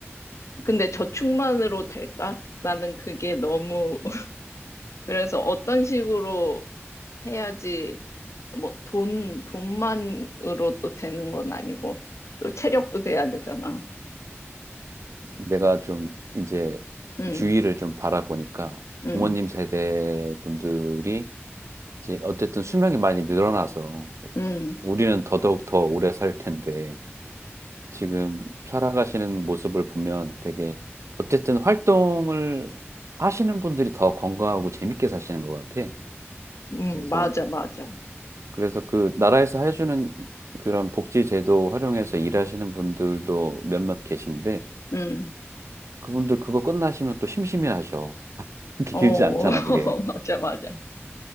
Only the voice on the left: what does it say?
근데 저축만으로 될까? 나는 그게 너무 그래서 어떤 식으로 해야지 뭐 돈, 돈만으로 또 되는 건 아니고 또 체력도 돼야 되잖아.
응,
응,
응,
응,
맞아, 맞아.
응,
어,
<laughs>
맞아, 맞아.